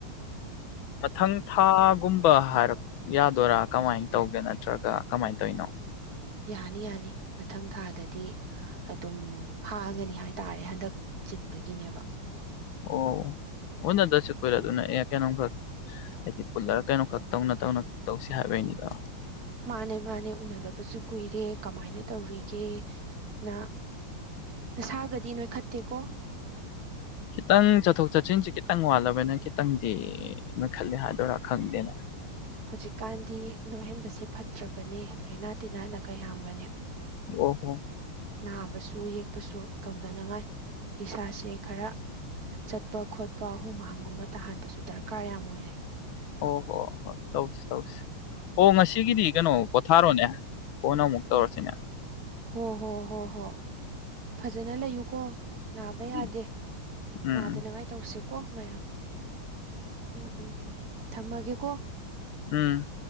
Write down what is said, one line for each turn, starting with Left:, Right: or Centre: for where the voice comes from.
Left: ꯃꯊꯪ ꯊꯥꯒꯨꯝꯕ ꯍꯥꯏꯔꯛ ꯌꯥꯗꯣꯏꯔꯥ ꯀꯃꯥꯏꯅ ꯇꯧꯒꯦ ꯅꯠꯇ꯭ꯔꯒ ꯀꯃꯥꯏꯅ ꯇꯧꯔꯤꯅꯣ
Right: ꯌꯥꯅꯤ ꯌꯥꯅꯤ ꯃꯊꯪ ꯊꯥꯗꯗꯤ ꯑꯗꯨꯝ ꯍꯥꯡꯉꯅꯤ ꯍꯥꯏꯇꯥꯔꯦ ꯍꯟꯗꯛ ꯆꯤꯟꯕꯒꯤꯅꯦꯕ
Left: ꯑꯣ ꯑꯣ ꯅ ꯗꯁꯤ ꯄꯣꯏ ꯂ ꯑꯗꯨ ꯑ ꯀꯦꯅꯣ ꯈꯔ ꯍꯥꯏꯗꯤ ꯄꯨꯜꯂꯔꯒ ꯀꯩꯅꯣ ꯈꯛ ꯇꯧꯅ ꯇꯧꯅ ꯇꯧꯁꯤ ꯍꯥꯏꯕꯒꯤꯅꯤꯗ
Right: ꯃꯥꯅꯦ ꯃꯥꯅꯦ ꯎꯅꯗꯕꯁꯨ ꯀꯨꯏꯔꯦ ꯀꯃꯥꯏꯅ ꯇꯧꯔꯤꯒꯦ ꯅ ꯅꯁꯥꯒꯗꯤ ꯅꯣꯏ ꯈꯠꯇꯦꯀꯣ
Left: ꯈꯤꯇꯪ ꯆꯠꯊꯣꯛ ꯆꯠꯁꯤꯟꯁꯦ ꯈꯤꯇꯪ ꯋꯥꯠꯂꯕꯅ ꯈꯤꯇꯪꯗꯤ ꯅꯣꯏ ꯈꯜꯂꯦ ꯍꯥꯏꯗꯣꯏꯔꯥ ꯈꯪꯗꯦꯅ
Right: ꯍꯧꯖꯤꯛꯀꯥꯟꯗꯤ ꯅꯣꯏꯍꯟꯕꯁꯦ ꯐꯠꯇ꯭ꯔꯕꯅꯦ ꯂꯥꯏꯅꯥ ꯇꯤꯟꯅꯥꯅ ꯀꯌꯥꯝꯕꯅꯦ
Left: ꯑꯣ ꯍꯣ
Right: ꯅꯥꯕꯁꯨ ꯌꯦꯛꯄꯁꯨ ꯇꯧꯗꯅꯉꯥꯏ ꯏꯁꯥꯁꯦ ꯈꯔ ꯆꯠꯄ ꯈꯣꯠꯄ ꯑꯍꯨꯝ ꯑꯍꯪꯒꯨꯝꯕ ꯇꯥꯍꯟꯕꯁꯨ ꯗꯔꯀꯥꯔ ꯌꯥꯝ ꯑꯣꯏꯔꯦ
Left: ꯑꯣ ꯍꯣ ꯍꯣ ꯇꯧꯁꯤ ꯇꯧꯁꯤ ꯑꯣ ꯉꯁꯤꯒꯤꯗꯤ ꯀꯩꯅꯣ ꯄꯣꯊꯥꯔꯣꯅꯦ ꯐꯣꯟ ꯑꯃꯨꯛ ꯇꯧꯔꯁꯤꯅꯦ
Right: ꯍꯣ ꯍꯣ ꯍꯣ ꯍꯣ ꯐꯖꯅ ꯂꯩꯌꯨꯀꯣ ꯅꯥꯕ ꯌꯥꯗꯦ
Left: ꯎꯝ ꯎꯝ
Right: ꯅꯥꯗꯅꯉꯥꯏ ꯇꯧꯁꯦꯀꯣ ꯃꯌꯥꯝ ꯎꯝ ꯎꯝ ꯎꯝ ꯊꯝꯃꯒꯦꯀꯣ
Left: ꯎꯝ